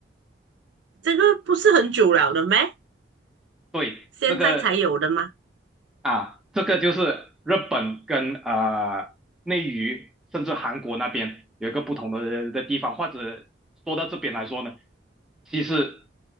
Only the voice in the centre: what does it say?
对，
这个啊，这个就是日本跟呃内娱，甚至韩国那边有一个不同的的地方，或者说到这边来说呢，其实